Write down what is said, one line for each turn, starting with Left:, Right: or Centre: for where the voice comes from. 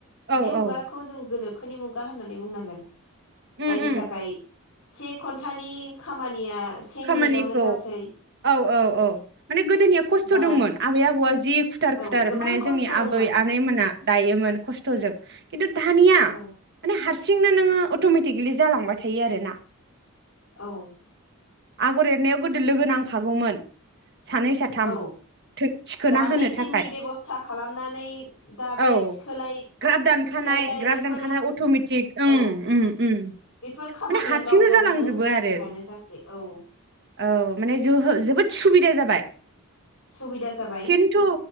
Right: औ
Left: बे मुगाखौ
Right: औ
Left: जों गोनो खोनि मुगा होननानै बुंनांगोन
Right: उम
Left: जायनि
Right: उम
Left: थाखाय से घन्टानि खामानिया से
Right: खामानिखौ
Left: मिनिटावनो जासै
Right: औ औ औ माने गोदोनिया खस्थ'
Left: दा
Right: दंमोन आबै आबौआ जि खुथार
Left: औ
Right: खुथार
Left: गोबां
Right: माने
Left: खस्थ'
Right: जोंनि
Left: दंमोन
Right: आबै आनैमोना दायोमोन खस्थ'जों खिन्थु दानिया
Left: औ
Right: माने हारसिंनो नोङो अट'मेटिकेलि जालांबाय थायो आरोना
Left: औ
Right: आगर एरनायाव गोदो लोगो नांफागौमोन सानै साथाम
Left: औ
Right: थिखोना
Left: दा
Right: होनो
Left: मेसिननि
Right: थाखाय
Left: बेब'स्था खालामनानै दा
Right: औ
Left: बे थिखोलाय
Right: ग्राब दानखानाय
Left: थुख्लायलाय
Right: ग्राब
Left: बेफोरो
Right: दानखानाय अट'मेटिक ओं
Left: औ
Right: उम उम
Left: बेफोर खामानिया
Right: माने हारसिंनो
Left: गाव गावनो
Right: जालांजोबो
Left: मेसिनानो
Right: आरो
Left: जासै औ
Right: औ माने जोबोद सुबिदा जाबाय बाय <inaudible>
Left: सुबिदा जाबाय
Right: खिन्थु